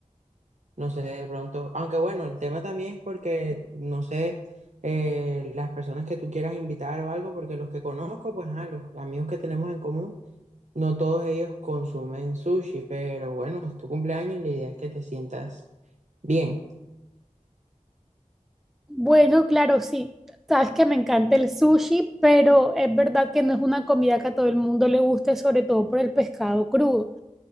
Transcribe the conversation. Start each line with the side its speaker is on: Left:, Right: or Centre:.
Right: No sé, de pronto, aunque bueno, el tema también es porque, no sé, eh, las personas que tú quieras invitar o algo, porque los que conozco, pues, ah, los amigos que tenemos en común, no todos ellos consumen sushi, pero bueno, es tu cumpleaños, la idea es que te sientas bien.
Centre: Bueno, claro, sí. Sabes que me encanta el sushi, pero es verdad que no es una comida que a todo el mundo le guste, sobre todo por el pescado crudo.